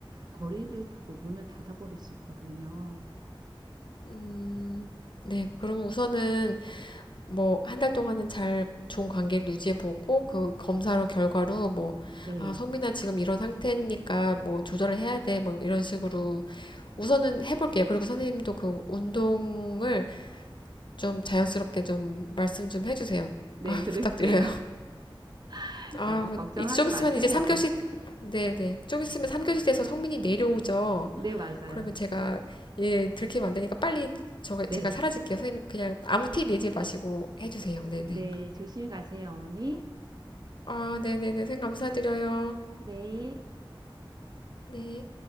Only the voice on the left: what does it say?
음, 네. 그러면 우선은 뭐, 한 달 동안은 잘 좋은 관계를 유지해보고, 그 검사로 결과로 뭐,
아, 성민아 지금 이런 상태니까 뭐, 조절을 해야 돼. 뭐, 이런 식으로 우선은 해볼게요. 그리고 선생님도 그 운동을 좀 자연스럽게 좀 말씀 좀 해주세요. <laughs>
아,
부탁드려요.
아,
이제 좀
있으면 이제 3교시, 네네. 좀 있으면 삼 교시 돼서 성민이 내려오죠.
그러면 제가, 예, 들키면 안 되니까 빨리 저, 제가
사라질게요. 선생님, 그냥 아무 티 내지 마시고 해주세요. 네네.
아, 네네네. 선생님, 감사드려요.
네.